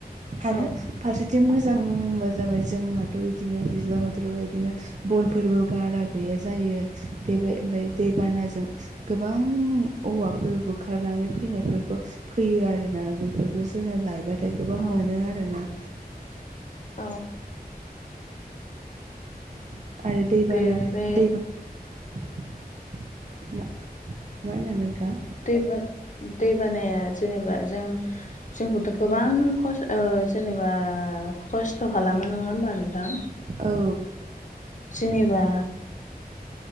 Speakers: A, on the right; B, on the left.
A: आरो
B: औ
A: फारसेथिं बिदि मोजांबा जाबाय जोंहाथ' बिदिनो दैज्लां बोथोरबा बिदिनो बनफोरबो बारा गैया जायो बेबो ओमफ्राय दैबानाजों गोबां गोबां औवाफोर बुखारनानै फैनायफोरखौ फैयो आरोना बेफोरखौ जोङो लायबा नाथाय गोबां
B: औ
A: मोनो आरोना
B: औ
A: <inaudible>
B: बेनिफ्राय
A: मा होनदों नोंथां
B: दैबा दैबानाया <unintelligible> जेनेबा जों जोंखौथ' गोबां खस ओ जेनेबा खस् खस्थ' खालामो नङा होमबा नोंथां
A: औ
B: जेनेबा